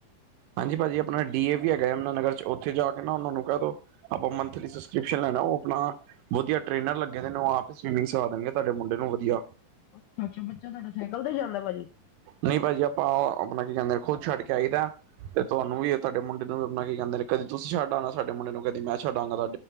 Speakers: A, on the right; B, on the left.
A: ਹਾਂਜੀ ਭਾਜੀ ਆਪਣਾ ਡੀ ਏ ਵੀ ਹੈਗਾ ਆਹਿਮਦਾ ਨਗਰ ਚ ਉੱਥੇ ਜਾ ਕੇ ਨਾ ਉਹਨਾਂ ਨੂੰ ਕਹਿ ਦੋ। ਆਪਾਂ ਮੈਥਲੀ ਸਬਸਕ੍ਰਿਪਸ਼ਨ ਲੈਣਾ ਉਹ ਆਪਣਾ‌ ਵਧੀਆ ਟ੍ਰੇਨਰ ਲੱਗੇ ਨੇ ਉਹ ਆਪ ਸਵੀਮਿੰਗ ਸਿਖਾ ਦੇਣਗੇ ਤੁਹਾਡੇ ਮੁੰਡੇ ਨੂੰ ਵਧੀਆ।
B: ਅੱਛਾ-ਅੱਛਾ। ਬੱਚਾ ਤੁਹਾਡਾ ਸਾਈਕਲ ਤੇ ਜਾਂਦਾ ਭਾਜੀ।
A: ਨਹੀਂ ਭਾਜੀ ਆਪਾਂ ਓ ਆਪਣਾ ਕੀ ਕਹਿੰਦੇ ਖੁਦ ਛੱਡ ਕੇ ਆਈ ਦਾ। ਤੇ ਤੁਹਾਨੂੰ ਵੀ ਇਹ ਤੁਹਾਡੇ ਮੁੰਡੇ ਨੂੰ ਆਪਣਾ ਕੀ ਕਹਿੰਦੇ ਨੇ ਕਦੀ ਤੁਸੀਂ ਛੱਡ ਆਣਾ ਸਾਡੇ ਮੁੰਡੇ ਨੂੰ ਕਦੀ ਮੈਂ ਛੱਡ ਆਵਾਂਗਾ।